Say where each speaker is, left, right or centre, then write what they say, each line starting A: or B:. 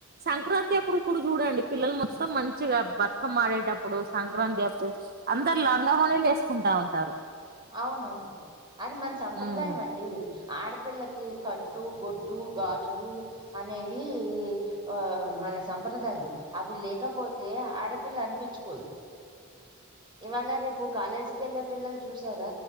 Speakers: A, on the right; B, on the right.
A: సంక్రాంతి అప్పుడు ఇప‌్పుడు చూడండి, పిల్లలు మొత్తం మంచిగా బతుకమ‌్మ ఆడేటప్పుడు సంక్రాంతి అప్పుడు అందరు లంగవోనీలు వేసుకుంటా ఉంటారు.
B: అవునవును అది మన సంప్రదాయం
A: ఉమ్
B: అండి ఆడ ఆడపిల్లకి కట్టు బొట్టు గాజులు అనేవి, మ్ ఆ మన సంప్రదాయం అవి లేకపోతే ఆడపిల్ల అనిపించుకోదు. ఇవాళ రేపు కాలేజికి వెళ‌్ళే పిల్లలు చూసారా,